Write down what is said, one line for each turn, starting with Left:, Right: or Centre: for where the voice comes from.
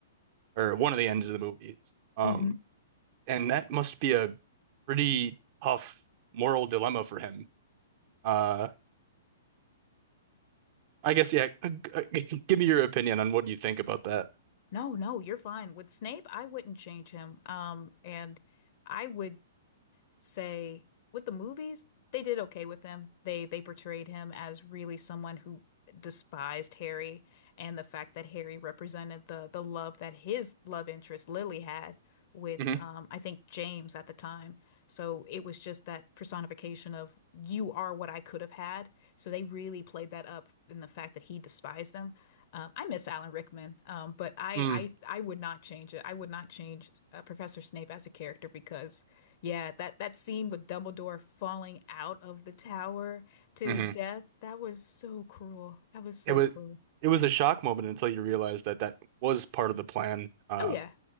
Right: or one of the ends of the movies. Um,
Left: hmm
Right: and that must be a pretty tough moral dilemma for him. Uh, I guess yeah. <laughs> Give me your opinion on what you think about that.
Left: No, no, you're fine. With Snape, I wouldn't change him. Um, and I would say with the movies, they did okay with him. They they portrayed him as really someone who despised Harry and the fact that Harry represented the the love that his love interest Lily had with
Right: hmm
Left: um I think James at the time. So it was just that personification of you are what I could have had. So they really played that up in the fact that he despised them. Um, I miss Alan Rickman, um, but I,
Right: Mm,
Left: I I would not change it. I would not change uh, Professor Snape as a character because yeah, that that scene with Dumbledore falling out of the tower to
Right: hmm
Left: his death, that was so cruel. That was so
Right: It was
Left: cruel.
Right: it was a shock moment until you realize that that was part of the plan. Uh,
Left: Oh yeah.